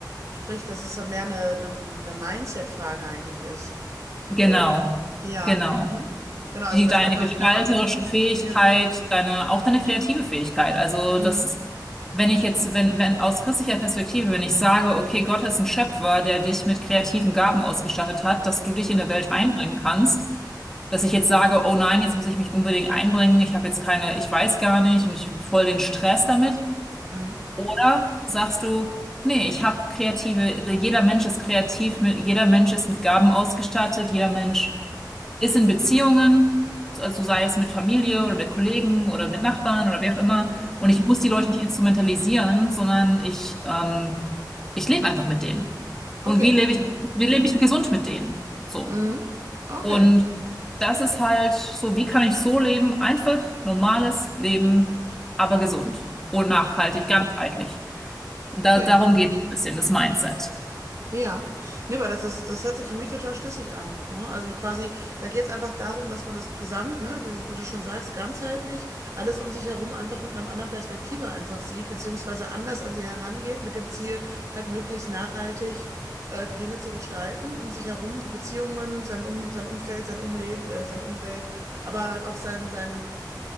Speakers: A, on the right; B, in the centre.
A: Sprich, dass es dann mehr eine, eine, eine Mindset-Frage eigentlich ist.
B: Genau,
A: Oder ja,
B: genau.
A: mhm. Genau, also
B: Die,
A: dass
B: deine
A: man quasi
B: gestalterische
A: nach, mhm,
B: Fähigkeit,
A: ja,
B: deine, auch deine kreative Fähigkeit. Also
A: mhm,
B: das, wenn ich jetzt, wenn, wenn aus christlicher Perspektive, wenn ich sage, okay, Gott ist ein Schöpfer, der dich mit kreativen Gaben ausgestattet hat, dass du dich in
A: mhm,
B: der Welt einbringen kannst, dass ich jetzt sage, oh nein, jetzt muss ich mich unbedingt einbringen, ich habe jetzt keine, ich weiß gar nicht und ich habe voll den Stress damit.
A: mhm,
B: Oder sagst du, nee, ich habe kreative, jeder Mensch ist kreativ, mit- jeder Mensch ist mit Gaben ausgestattet, jeder Mensch
A: mhm,
B: ist in Beziehungen, also sei es mit Familie oder mit Kollegen oder mit Nachbarn oder wie auch immer.
A: mhm.
B: Und
A: mhm.
B: ich muss die Leute nicht instrumentalisieren, sondern ich, ähm, ich lebe einfach mit denen. Und
A: Okay,
B: wie lebe ich,
A: mhm,
B: wie lebe ich gesund mit denen? So.
A: mhm. Okay,
B: Und das ist halt so, wie kann ich so leben? Einfach normales Leben, aber gesund und nachhaltig, ganzheitlich. Und da,
A: okay.
B: darum geht es ein bisschen, das Mindset.
A: Ja, nee, aber das, das, das hört sich für mich total schlüssig an. Ne? Also quasi, da geht es einfach darum, dass man das Gesamt, ne, wie, wie du schon sagst, ganzheitlich, alles um sich herum einfach mit einer anderen Perspektive einfach sieht, beziehungsweise anders an sie herangeht, mit dem Ziel, halt möglichst nachhaltig äh, die Dinge zu gestalten, um sich herum, die Beziehungen, sein, um, sein Umfeld, sein Umleben, äh, seine Umwelt, aber halt auch sein, sein